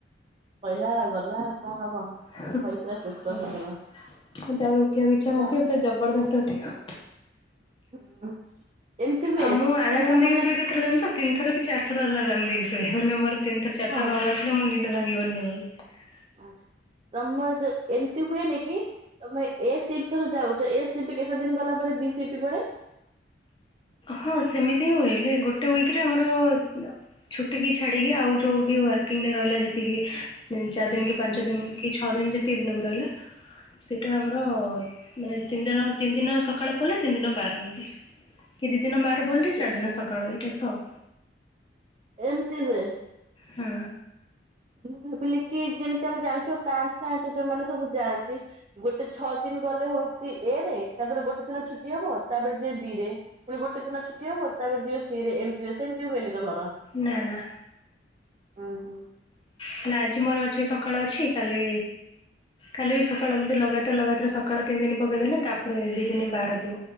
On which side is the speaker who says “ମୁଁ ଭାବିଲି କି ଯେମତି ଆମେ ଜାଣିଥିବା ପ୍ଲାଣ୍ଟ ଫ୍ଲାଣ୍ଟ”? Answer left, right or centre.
Right